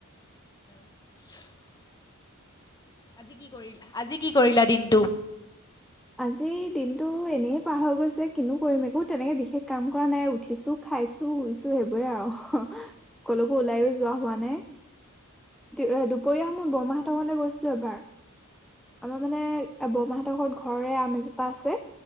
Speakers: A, on the left (about 15°); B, in the centre.
A: <unintelligible> আজি কি কৰিল আজি কি কৰিলা দিনটো?
B: আজি দিনতটো এনেই পাৰ হৈ গৈছে কিনো কৰিম একো তেনেকে বিশেষ কাম কৰা নাই উঠিছো খাইছো শুইছো সেইবোৰে আৰু কলকো ওলায়ো যোৱা হোৱা নাই এহ দুপৰীয়া মই বৰমাহতৰ ঘৰলে গৈছিলো এবাৰ আমাৰ মানে বৰমাহঁতৰ ঘৰত ঘৰৰে আম এজোপা আছে